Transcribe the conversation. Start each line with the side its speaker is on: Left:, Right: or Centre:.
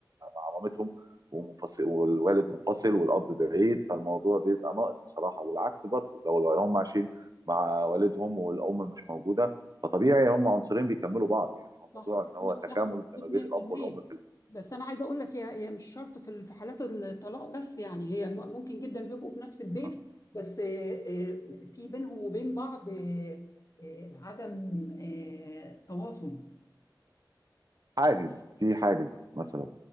Right: مع مامتهم ومنفصل والوالد منفصل والاب بعيد فالموضوع بيبقى ناقص بصراحه والعكس برضه لو لو هم عايشين مع والدهم والام مش موجوده فطبيعي هم عنصرين بيكملوا بعض يعني هو الموضوع
Left: صح
Right: ان هو
Left: كلامك
Right: تكامل
Left: صح مظبوط
Right: ما بين
Left: 100%
Right: الاب والام في
Left: بس انا عايزه اقول لك هي هي مش شرط في ال- في حالات الطلاق بس يعني هي م- ممكن جدا بيبقوا في نفس البيت
Right: البيت.
Left: بس آه، آه، في بينهم وبين بعض آه، آه، عدم آه، تواصل
Right: حاجز في حاجز مثلا